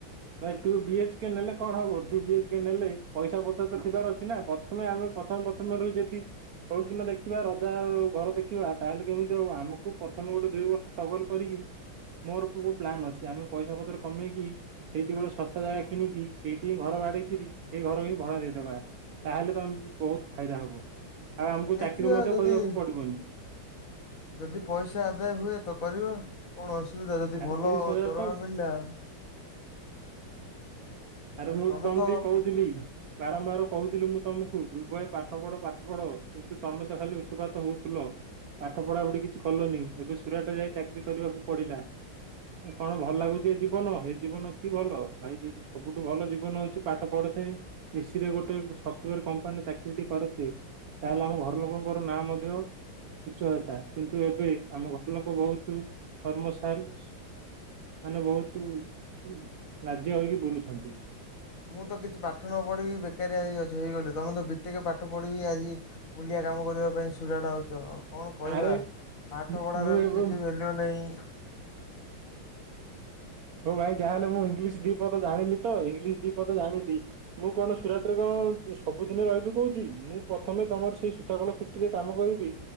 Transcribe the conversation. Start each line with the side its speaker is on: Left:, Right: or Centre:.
Right: ଭାଇ ଟୁ ବି ଏଚ୍କେକେ ନେଲେ କଣ ହବ ଟୁ ବି ଏଚ୍କେକେ ନେଲେ ପଇସା ପତ୍ର ତ ଥିବାର ଅଛି ନା ପ ଥମେ ଆମେ ପଥମ ପଥମରୁ ଯଦି <unintelligible> ଦେଖିବା ରଜା ଉଁ ଘର ଦେଖିବା ତାହେଲେ କେମିତି ହବ ଆମୁକୁ ପଥମେ ଗୋଟେ ଦୁଇ ବର୍ଷ <unintelligible> କରିକି ମୋରୋ <unintelligible> ପ୍ଲାନ୍ ଅଛି ଆମେ ପଇସା ପତର କମେଇକି ସେଇଠି ଗୋଟେ ଶସ୍ତା ଜାଗା କିଣିକି ସେଇଠି ହିଁ ଘର ବାଡେଇିକିରି ସେଇ ଘର ବି ଭଡା ଦେଇଦବା। ତାହେଲେ ତ ଆମୁକୁ ବୋହୁତ୍ ଫାଇଦା ହବ ଆଉ ଆମୁକୁ
Left: ଦେଖିବା
Right: ଚାକିରି ମଧ୍ୟ
Left: ଯଦି
Right: କରିବାକୁ ପଡିବନି।
Left: ଯଦି ପଇସା ଆଦାୟ ହୁଏ ତ କରିବା କଣ ଅସୁବିଧା ଯଦି
Right: ଆରେ
Left: ଭଲ
Right: ତିରିଶ ହଜାର
Left: ଦରମା
Right: ତ
Left: ମିଳିଲା।
Right: ଆରେ ମୁଁ
Left: ତମେ
Right: <unintelligible>
Left: ତ
Right: କୋହୁଥିଲି ବାରମ୍ବାର କୋହୁଥିଲି ମୁଁ ତମୁକୁ <unintelligible> ଭାଇ ପାଠ ପଢ ପାଠ ପଢ କିନ୍ତୁ ତମେ ତ ଖାଲି ଉତୁପାତ ହୋଉଥୁଲ। ପାଠ ପଢ଼ାପଢ଼ି କିଛି କଲନି ଏବେ ସୁରାଟ ଯାଇ ଚାକିରି କରିବାକୁ ପଡିଲା। <unintelligible> କଣ ଭଲ ଲାଗୁଚି ଏ ଜୀବନ ହେ ଜୀବନ କି ଭଲ। <unintelligible> ସବୁଠୁ ଭଲ ଜୀବନ ହୋଉଛି ପାଠ ପଢୁ <unintelligible> ଏସି ରେ ଗୋଟେ ସଫ୍ଟୱେର କମ୍ପାନୀରେ ଚାକିରିଟି କରୁଥିବି। ତାହେଲେ ଆମ ଘର ଲୋକୋଙ୍କର ନାଁ ମଧ୍ୟ ଉଚ୍ଚ <unintelligible> କିନ୍ତୁ ଏବେ ଆମ ଘର ଲୋକୋ ବୋହୁତୁ <unintelligible> ମାନେ ବୋହୁତୁ <unintelligible> ହୋଇକି ବୁଲୁଛନ୍ତି।
Left: ମୁଁ ତ କିଛି ପାଠ ନ ପଢ଼ିକିବି ବେକାରିଆ ହେଇ ଅଛି ହେଇଗଲି ତମେ ତ ବିଟେକ୍ ପାଠ ପଢିକିବି ଆଜି ମୂଲିଆ କାମ କରିବା ପାଇଁ ସୁରାଟ <unintelligible> ଆଉ କଣ କହିବା
Right: ଆରେ
Left: ପାଠ
Right: ମୁଁ
Left: ପଢାର ବି
Right: ଏବେ
Left: କିଛି ଭେଲ୍ୟୁ ନାହିଁ।
Right: ହୋଉ ଭାଇ ଯାହାହେଲେ ମୁଁ ଇଂଲିଶ ଦିପଦ ଜାଣିଲି ତ ଇଂଲିଶ ଦିପଦ ଜାଣିଲି। ମୁଁ କଣ ସୁରାଟ ରେ କଣ ସବୁଦିନେ ରହିବି କୋହୁଚି ମୁଁ ପ୍ରଥମେ ତମର ସେଇ <unintelligible> ପେକ୍ଟ୍ରୀରେ କାମ କରିବି।